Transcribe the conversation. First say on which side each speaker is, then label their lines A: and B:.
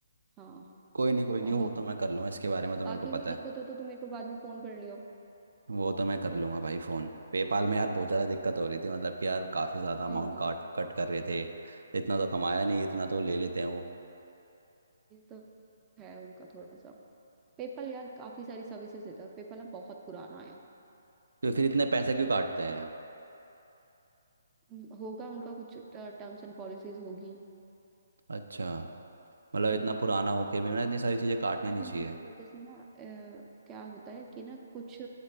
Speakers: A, on the right; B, on the right.
A: हाँ
B: कोई नहीं कोई नहीं
A: और
B: वो तो मैं कर लूँगा इसके बारे में तो
A: बाकी
B: मेरे को
A: कोई
B: पता
A: दिक्कत
B: है
A: हो तो तू मेरे को बाद में फोन कर लियो
B: वो तो मैं कर लूँगा भाई फ़ोन पेपाल में यार बहुत ज़्यादा दिक्कत हो रही थी मतलब कि यार काफ़ी ज़्यादा
A: कोई
B: अमाउंट
A: नहीं
B: काट कट कर रहे थे इतना तो कमाया नहीं इतना तो ले लेते हैं वो
A: ये तो है उनका थोड़ा सा पेपल यार काफी सारी सर्विसेज देता है और पेपल ना बहुत पुराना है
B: तो फिर इतने पैसे क्यों काटते हैं
A: हम्म, होगा उनका कुछ टर्म्स एंड पॉलिसीज होगी
B: अच्छा मतलब इतना
A: हम्म,
B: पुराना होके भी ना इतनी सारी चीज़ें काटनी
A: अरे
B: नहीं
A: नहीं
B: चाहिए
A: मतलब जैसे ना अ, क्या होता है कि ना कुछ